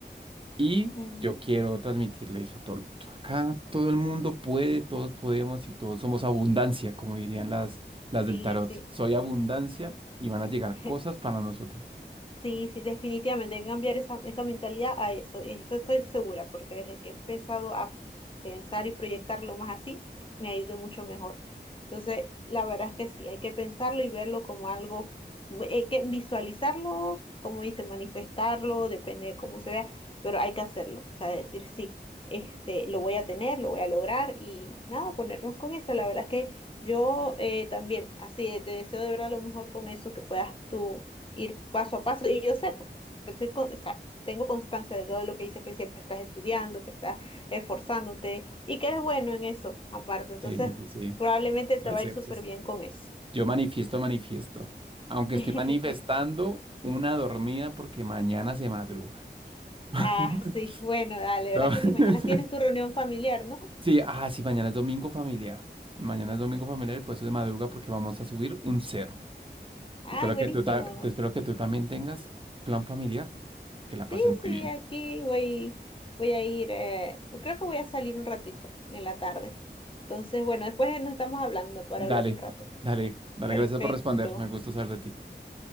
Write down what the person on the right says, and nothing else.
y
yo quiero transmitirle eso a todo el mundo. Acá todo el mundo puede, todos podemos y todos somos abundancia, como dirían las, las
del tarot.
Soy abundancia y van a llegar
cosas para nosotros.
Sí, sí, sí.
Gracias,
gracias.
Yo manifiesto, manifiesto. Aunque
estoy manifestando una dormida porque mañana se madruga. <laughs>
No. <laughs>
Sí, ah, sí, mañana es domingo familiar. Mañana es domingo familiar, y por eso de madruga porque vamos a subir un cerro.
Espero
que tú, ta- te espero que tú también tengas plan familiar, que la
pases
muy bien.
Dale,
dale, dale,
gracias por responder. Me gusta saber de ti.